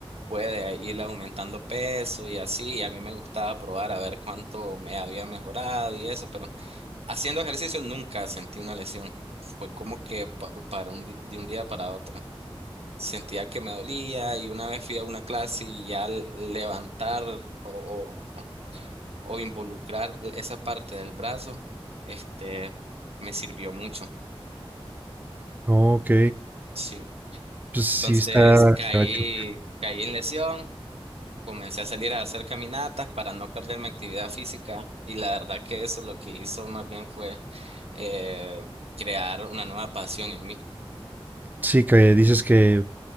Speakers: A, on the right (about 80°); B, on the right (about 20°).
A: puede ir aumentando peso y así, y a mí me gustaba probar a ver cuánto me había mejorado y eso, pero haciendo ejercicio nunca sentí una lesión. Fue como que pa- para un, di- de un día para otro. Sentía que me dolía y una vez fui a una clase y al levantar o, o, o involucrar esa parte del brazo, este, me sirvió mucho.
B: No, ok.
A: Sí.
B: Pues sí
A: Entonces
B: está
A: caí,
B: gacho.
A: caí en lesión. Comencé a salir a hacer caminatas para no perder mi actividad física y la verdad que eso lo que hizo más bien fue eh, crear una nueva pasión en mí.
B: Sí, que dices que,